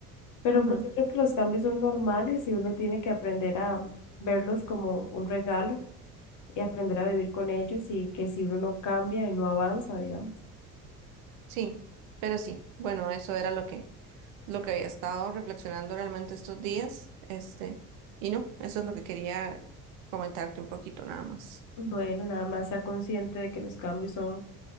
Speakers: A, on the left; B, on the right.
A: Pero
B: Ujú,
A: pues yo creo que los cambios son normales y uno tiene que aprender a verlos como un regalo y aprender a vivir con ellos y que si uno no cambia y no avanza, digamos.
B: Sí, pero sí, bueno, eso era lo que, lo que había estado reflexionando realmente estos días, este, y no, eso es lo que quería comentarte un poquito nada más.
A: Bueno, nada más sea consciente de que los cambios son